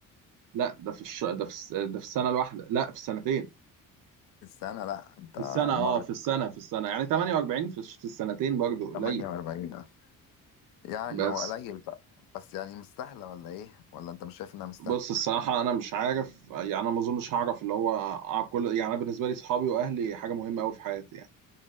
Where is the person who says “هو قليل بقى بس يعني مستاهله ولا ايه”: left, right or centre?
Left